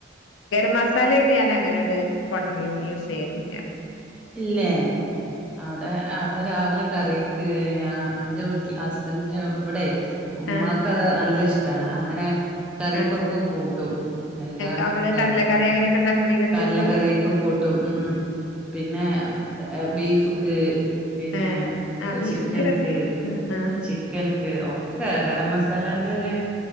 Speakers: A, on the left; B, in the centre.
A: ഖരം മസാലയായിട്ട് ഞാനങ്ങനെയാട് കൊണ്ടരെലും യൂസെയ്യലൂല്ല
B: ഇല്ലേ അവ്ടെ അവ്ടെ രാവിലെ കറീക്ക് ഞാ ഇന്റെ വീട്ട്ല് ഹസ്ബന്റ് ഇവടെ ഉമ്മാക്കത്
A: ആഹ്
B: നല്ല ഇഷ്ടാ അങ്ങനെ കറീകൊക്കെ
A: ആഹ്
B: കൂട്ടും <unintelligible> എല്ലാ
A: നമ്മള്
B: കറി
A: കടലക്കറി അങ്ങനെയൊക്കെ ഉണ്ടാക്കണേല്
B: കടലക്കറീക്ക്
A: കൂട്ടും
B: കൂട്ടും ഉം പിന്നേ ബീഫ്ക്ക് പിന്നെ
A: ഏഹ് ആഹ് ബീഫ്ക്ക്
B: ചിക്കൻക്ക്
A: രസ ആഹ്
B: ചിക്കൻക്ക് ഒക്കെ ഗരം മസാ മസാല്ലേൻ്റെ ഒരു